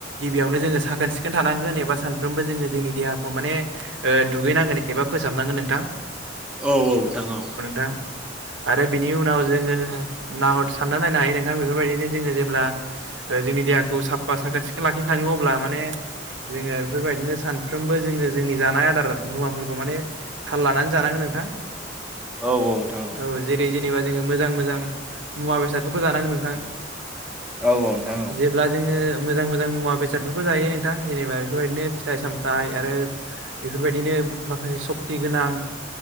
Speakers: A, on the right; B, in the centre.
A: गिबियावनो जोंङो साखोन सिखोन थानांगोन एबा सानफ्रोमबो जोङो जों देहाखौ माने ओ दुगैनांगोन एबा फोसाबनांगोन नोंथां
B: औ औ नोंथां औ
A: दा आरो बिनि उनाव जोंङो नाहर सानना नायनो हायो नोंथां बेफोरबायदिनो जोंङो जेब्ला जोंनि देहाखौ साफा साखोन सिखो लाखिनो थांङो अब्ला माने जोंङो बेफोरबायदिनो सानफ्रोमबो जोंङो जोंनि जानाय आदार मुवाफोरखौ माने थाल लानानै जानांगोन नोंथां
B: औ औ नोंथां
A: औ जेरै जेनेबा जोंङो मोजां मोजां मुवा बेसादफोरखौ जानांगोन नोंथां
B: औ नोंथां औ
A: जेब्ला जोंङो मोजां मोजां मुवा बेसादफोरखौ जायो नोंथां जेनेबा बेफोरबायदिनो फिथाइ सामथाइ आरो बेफोरबायदिनो माखासे सखति गोनां